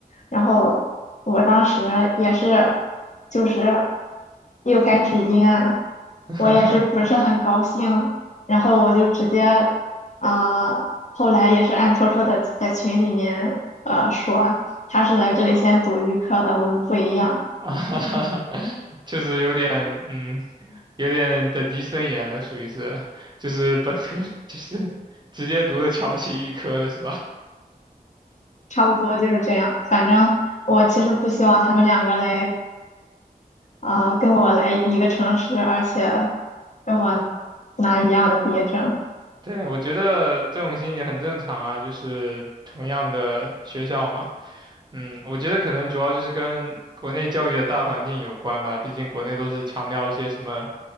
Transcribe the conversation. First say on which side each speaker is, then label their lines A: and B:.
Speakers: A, on the left; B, on the right.
A: 然后我当时也是，就是又开始阴暗，
B: <laughs>
A: 我也是不是很高兴。然后我就直接，啊，后来也是暗戳戳的在群里面，呃，说他是来这里先读预科的，我们不一样，
B: 啊，<laughs> 就是有点，嗯，有点等级森严了，属于是，就是本科，<laughs> 就是直接读的瞧不起预科了，是吧？
A: 差不多就是这样。反正我其实不希望他们两个来。啊、跟我来一个城市，而且跟我拿一样的毕业证，
B: 对，我觉得这种心理很正常啊，就是同样的学校嘛，嗯，我觉得可能主要就是跟国内教育的大环境有关吧，毕竟国内都是强调一些什么